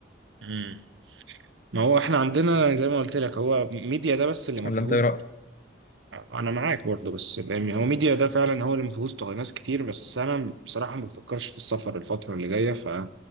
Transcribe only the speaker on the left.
ولا
انت ايه رايك